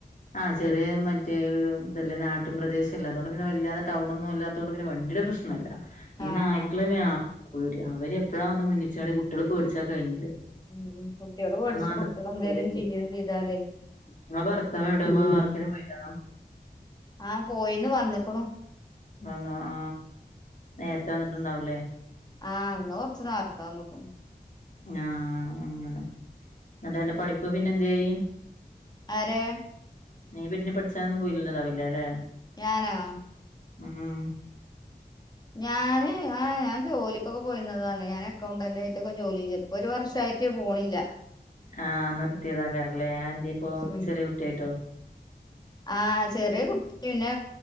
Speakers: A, on the left; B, on the left.
A: ആഹ് ചെറിയ മറ്റെ ഇതല്ലേ നാട്ട് പ്രദേശല്ലേ അതോണ്ട് പിന്ന വല്ലാതെ ടൗണൊന്നും അല്ലാ തൊണ്ട് പിന്ന വണ്ടീട പ്രശ്നല്ല ഈ
B: ആഹ്
A: നായ്ക്കള് ലെ പേടി അവര്പ്പഴാ വന്ന് മുന്നിച്ചാട്യ കുട്ടികള് പേടിച്ചാ കഴിഞ്ഞില്ലേ.
B: ഉം കുട്ടികള് പേടിച്ചും
A: സമാധാനമില്ല.
B: കുട്ടികളേ എന്തേലും ചെയ്യേ ചെയ്താലേ.
A: ഇങ്ങളെ ഭർത്താവ് എവിടെ
B: ഉം
A: വർക്കിന് പോയിനാ?
B: ആഹ് പോയിന്നു വന്ന്ക്ക് ണു.
A: വന്നു ആ നേരത്തെ വന്നിട്ടുണ്ടാവലേ?
B: ആഹ് ഇന്ന് കൊർച് നേര്ത്തെ വന്ന് ക്ക് ണു.
A: ആഹ് അങ്ങനെ ന്നിട്ട് പഠിപ്പ് പിന്നെ എന്തയി?
B: ആരെ?
A: നീ പിന്നെ പഠിച്ചാനൊന്നും പോയില്ലണ്ടതാവില്ലേ അല്ലെ?
B: ഞാനോ?
A: ഉം ഉം
B: ഞാന് ആ ഞാൻ ജോലിക്കൊക്കെ പോയിന്നതാണ് ഞാനക്കൗണ്ടന്റ ആയിട്ടൊക്കെ ജോലി ഒരു വർഷയിട്ട് പോണില്ല.
A: ആഹ് നിർത്തിയതാക്കാറല്ലേ ആ എന്തി ഇപ്പോ
B: ഉം
A: ചെറിയ കുട്ടിയായിട്ടോ.
B: ആഹ് ചെറിയ കുട്ടി പിന്നെ